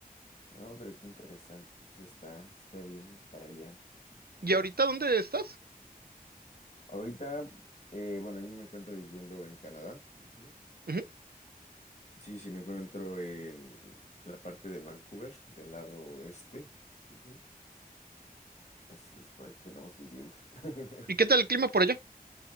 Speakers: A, on the left (about 45°); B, on the right (about 80°).
A: No, pero qué interesante. Entonces está, está bien para allá. Ujú.
B: ¿Y ahorita dónde estás?
A: Ahorita, eh, bueno, yo me encuentro viviendo en Canadá. Ujú.
B: Ujú.
A: Sí, sí, me encuentro en la parte de Vancouver, del lado este. Ujú. Así es, por aquí andamos viviendo. <laughs>
B: ¿Y qué tal el clima por allá?